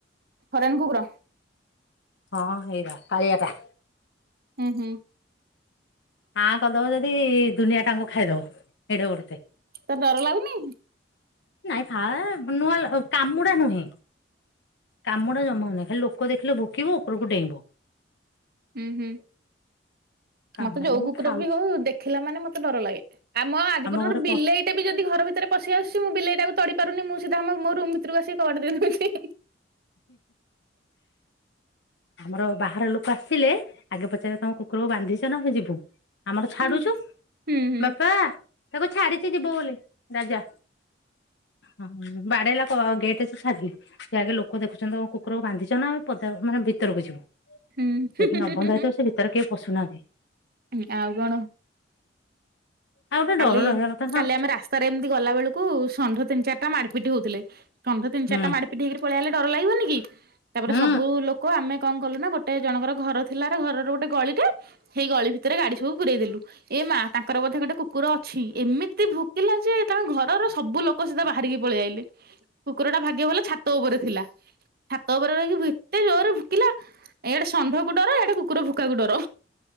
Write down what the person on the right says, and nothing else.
ଫରେନ୍ କୁକୁର।
ହୁଁ ହୁଁ।
ତତେ ଡର ଲାଗୁନି?
ଉଁ ହୁଁ।
ମତେ ଯଉ
କୁକୁର
ବି ହଉ ଦେଖିଲା ମାନେ ମତେ ଡର ଲାଗେ ଆମ ଆଜି ପର୍ଯ୍ୟନ୍ତ
ବିଲେଇ ଏବେ ଯଦି ଘର ଭିତରେ ପସି ଆସଚି ମୁଁ ବିଲେଇଟାକୁ ତଡ଼ି ପାରୁନି ମୁଁ ସିଧା ଆମ ମୋ ରୁମ ଭିତରୁକୁ ଆସିକି କବାଟ ଦେଇ ଦଉଚି।
ହୁଁ ହୁଁ ହୁଁ
ହୁଁ।
ଏ ଆଉ କଣ?
କାଲି
କାଲି ଆମେ ରାସ୍ ତାରେ ଏମିତି ଗଲା ବେଳୁକୁ ଷଣ୍ଢ ତିନି ଚାରଟା ମାଡ଼ପିଟି ହଉଥୁଲେ ଷଣ୍ଢ ତିନି
ଚାରଟା ମାଡ଼୍ ପିଟି ହେଇକିରି ପଳିଆଇଲେ ଡର ଲାଗିବନି କି ତାପରେ ତାପରେ
ସବୁ ଲୋକ ଆମେ କଁ କଲୁ ନାଁ ଗୋ ଟେ ଜଣଙ୍କର ଘର ଥିଲାରେ ଘରର ଗୋଟେ ଗଳିଟେ। ହେଇ ଗଳି ଭିତରେ ଗାଡ଼ି ସବୁ ପୁରରେଇ ଦେଲୁ ଏ ମା ତାଙ୍କର ବୋଧେ ଗୋଟେ କୁ କୁର ଅଛି ଏମିତି ଭୁକିଲା ଯେ ତାଙ୍କ ଘରର ସବୁ ଲୋକ ସିଦା ବାହାରିକି ପଳିଆଇଲେ। କୁକୁରଟା ଭାଗ୍ୟ ଭଲ ଛାତ ଓପରେ ଥିଲା ଛାତ ଓପରେ ରହିକି ଭି ଏତେ ଜୋରରେ ଫୁକିଲା ଏଡ଼େ ଷଣ୍ଢକୁ ଡର ୟାଡ଼େ କୁକୁର ଭୁକାକୁ ଡର।